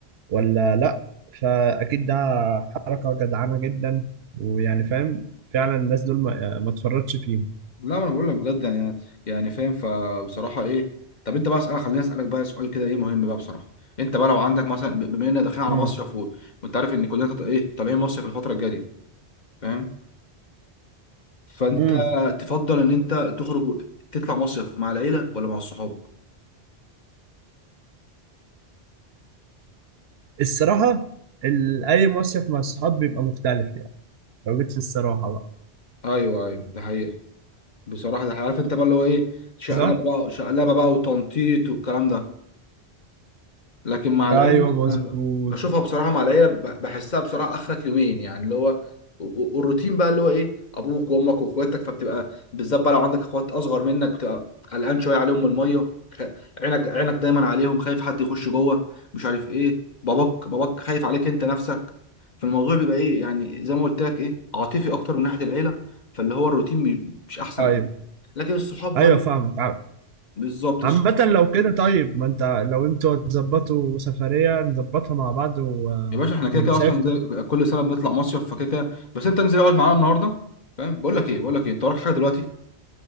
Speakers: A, on the right; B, on the left.
A: ولا لا فأكيد ده حركة جدعانة جدا ويعني فاهم فعلا الناس دول ما, ما تفرطش فيهم
B: لا ما انا بقول لك بجد يعني يعني فاهم فبصراحه ايه طب انت بقى اسالك خليني اسالك بقى سؤال كده ايه مهم بقى بصراحه انت بقى لو عندك مثلا ب- بما اننا داخلين على
A: امم
B: مصيف و... وانت عارف ان كلنا تط- ايه طالعين مصيف الفتره الجايه دي فاهم فانت
A: امم
B: تفضل ان انت تخرج و- تطلع مصيف مع العيله ولا مع الصحاب
A: الصراحة ال- أي مصيف مع الصحاب بيبقى مختلف يعني لو جيت للصراحة بقى
B: ايوه ايوه ده حقيقه بصراحه ده حقيقة. عارف انت بقى اللي هو ايه شقلبه
A: صح؟
B: بقى شقلبه بقى وتنطيط والكلام ده لكن مع العيله
A: أيوه مظبوط
B: انا بشوفها بصراحه مع العيله ب- بحسها بصراحه اخرك يومين يعني اللي هو و- و- والروتين بقى اللي هو ايه ابوك وامك واخواتك فبتبقى بالذات بقى لو عندك اخوات اصغر منك بتبقى قلقان شويه عليهم من الميه خ... عينك عينك دايما عليهم خايف حد يخش جوه مش عارف ايه باباك باباك خايف عليك انت نفسك فالموضوع بيبقى ايه يعني زي ما قلت لك ايه عاطفي اكتر من ناحيه العيله فاللي هو الروتين مي- مش احسن
A: أيوه
B: حاجه لكن الصحاب
A: أيوه
B: بقى
A: فاهمك
B: بالظبط
A: عامة لو كده طيب ما انت لو انتوا هتظبطوا سفرية نظبطها مع بعض و...
B: يا باشا احنا كده
A: ونسافر
B: كده اصلا زي كل سنه بنطلع مصيف فكده كده بس انت انزل اقعد معانا النهارده فاهم بقول لك ايه بقول لك ايه انت وراك حاجه دلوقتي